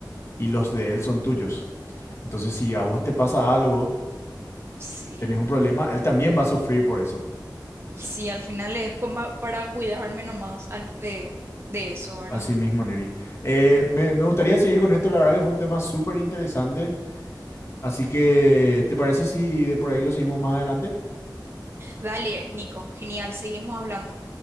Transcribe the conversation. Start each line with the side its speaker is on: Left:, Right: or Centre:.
Left: y los de él son tuyos. Entonces, si a vos te pasa algo
Right: Sí.
Left: tenés un problema, él también va a sufrir por eso.
Right: Y sí, al final es como para cuidarme nomás al- de, de eso, ¿verdad?
Left: Así mismo, Neri. Eh, me, me gustaría seguir con esto, la verdad que fue un tema súper interesante. Así que, ¿te parece si de por ahí lo seguimos más adelante?
Right: Dale, Nico, genial, seguimos hablando.